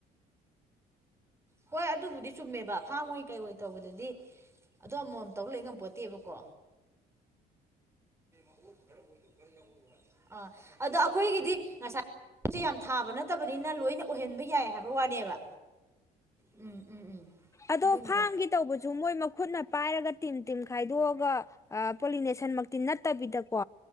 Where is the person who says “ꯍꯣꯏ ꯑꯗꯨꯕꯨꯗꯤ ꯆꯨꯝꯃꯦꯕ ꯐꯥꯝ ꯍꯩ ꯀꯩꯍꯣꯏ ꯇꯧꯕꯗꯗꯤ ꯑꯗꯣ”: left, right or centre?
Right